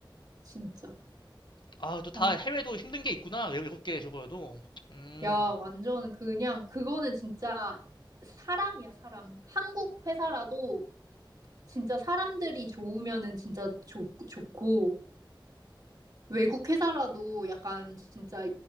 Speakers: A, on the right; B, on the left.
A: 진짜.
B: 아, 또 다
A: 아,
B: 해외도 힘든 게 있구나. 외, 외국계 저거도. 음,
A: 야, 완전 그냥 그거는 진짜 사람이야, 사람. 한국 회사라도 진짜 사람들이 좋으면은 진짜 좋, 좋고 외국 회사라도 약간 진짜